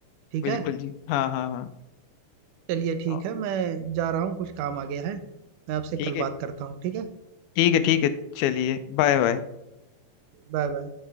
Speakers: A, on the right; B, on the left.
A: ठीक
B: बिल्कुल
A: है
B: जी हाँ हाँ
A: चलिए ठीक
B: हाँ
A: है मैं जा रहा हूँ कुछ काम आ गया है मैं आपसे
B: ठीक
A: कल
B: है
A: बात करता हूँ ठीक है
B: ठीक है ठीक है चलिए बाय बाय
A: Bye bye